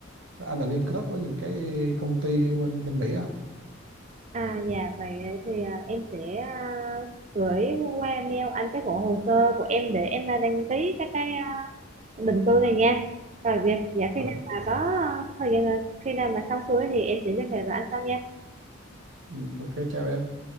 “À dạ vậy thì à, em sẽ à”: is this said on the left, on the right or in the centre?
Right